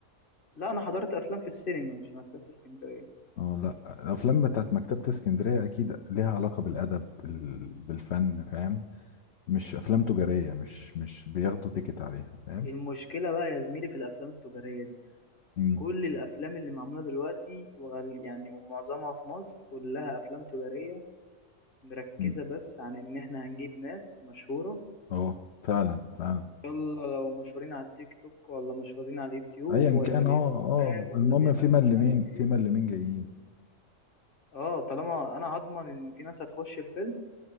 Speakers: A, on the left (about 40°); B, on the left (about 60°).
A: لا انا حضرت افلام في السينما مش في مكتبة اسكندرية
B: اه لا الافلام بتاعت مكتبة اسكندرية اكيد ليها علاقة بالادب بال- بالفن فاهم مش افلام تجارية مش مش بياخدوا تيكت عليها فاهم
A: المشكلة بقى يا زميلي في الافلام التجارية دي
B: مم.
A: كل الافلام اللي معموله دلوقتي وغال يعني ومعظمها في مصر كلها افلام تجاريه مركزه
B: مم.
A: بس عن ان احنا هنجيب ناس مشهوره
B: اه فعلا فعلا
A: يلا لو مشهورين على التيك توك ولا مشهورين على اليوتيوب
B: ايا
A: ولا
B: كان
A: بيغنوا
B: اه اه
A: راب ولا
B: المهم
A: بيغنوا
B: في ملمين
A: مش عارف ايه
B: في ملمين جايين
A: اه طالما انا هضمن ان في ناس هتخش الفيلم